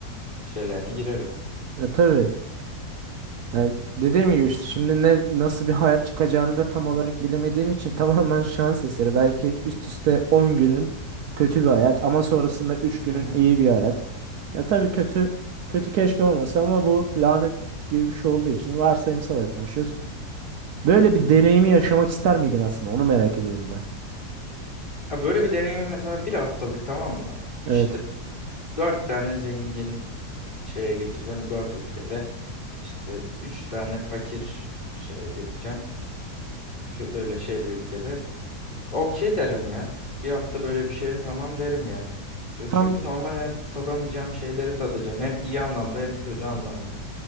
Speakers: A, on the left; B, on the right.
A: şeylerine girerim.
B: Ya tabii. Ya dediğim gibi işte şimdi ne nasıl bir hayat çıkacağını da tam olarak bilemediğin için <laughs> tamamen şans eseri. Belki üst üste 10 günün kötü bir hayat ama sonrasında 3 günün
A: Hı hı.
B: iyi bir hayat. Ya tabii kötü kötü keşke olmasa ama bu lanet gibi bir şey olduğu için varsayımsal olarak konuşuyoruz. Böyle bir deneyimi yaşamak ister miydin aslında? Onu merak ediyorum ben.
A: Ha böyle bir deneyimi mesela bir haftalık tamam mı? İşte
B: Evet.
A: dört tane zengin şeye geçeceğim dört ülkede. İşte üç tane fakir şeye geçeceğim. kö- böyle şey bir ülkede. Okey derim ya. Bir hafta böyle bir şeye tamam derim yani. Çö-
B: Tam
A: Çünkü normal hayatta tadamayacağım şeyleri tadacağım. Hem iyi anlamda hem kötü anlamda.